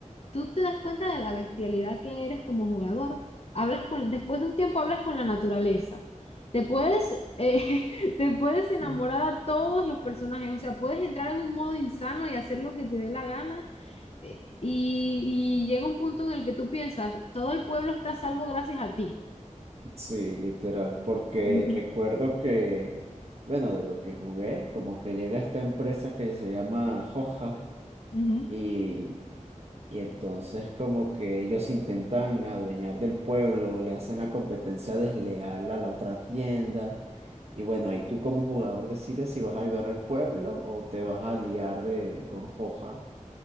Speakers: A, on the left; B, on the right.
A: tú te das cuenta de la bestialidad que eres como jugador. Hablas con, después de un tiempo hablas con la naturaleza. Te puedes, eh, <laughs> te puedes enamorar
B: Mm. <laughs>
A: a todos los personajes, o sea, puedes entrar en un modo insano y hacer lo que te dé la gana. eh, y, y llega un punto en el que tú piensas, todo el pueblo está a salvo gracias a ti.
B: Sí, literal, porque
A: Ujú,
B: recuerdo que, bueno, de lo que jugué, como que llega esta empresa que se llama Hoja
A: ujú,
B: y Y entonces como que ellos intentan adueñar del pueblo, le hacen la competencia desleal a la otra tienda. Y bueno, ahí tú como jugador decides si vas a ayudar al pueblo o te vas a liar de, con Joja.